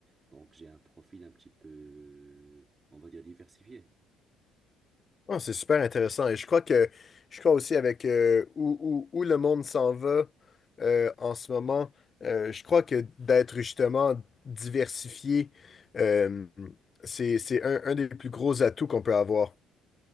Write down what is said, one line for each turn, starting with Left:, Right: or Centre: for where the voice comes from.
Right: Donc j'ai un profil un petit peu, on va dire, diversifié.
Left: Ah, c'est super intéressant. Et je crois que je crois aussi avec euh, où, où, où le monde s'en va euh, en ce moment, euh, je crois que d'être justement diversifié, euh, c'est, c'est un, un des plus gros atouts qu'on peut avoir.